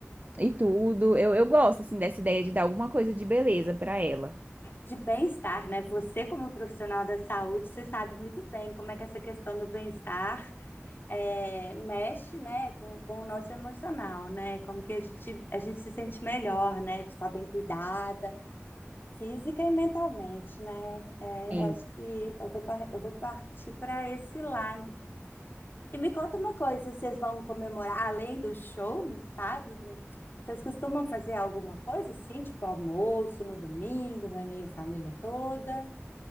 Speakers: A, on the right; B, on the left.
A: e tudo. Eu, eu gosto assim dessa ideia de dar alguma coisa de beleza pra ela.
B: De bem-estar, né? Você, como profissional da saúde, você sabe muito bem como é que essa questão do bem-estar é, mexe, né, com, com o nosso emocional, né? Como que a gente, a gente se sente melhor, né? De estar bem cuidada. física e mentalmente, né? É,
A: Sim.
B: eu acho que eu vou, par- eu vou partir para esse lado. E me conta uma coisa, vocês vão comemorar além do show no sábado? Vocês costumam fazer alguma coisa assim, tipo almoço no domingo, reunir a família toda?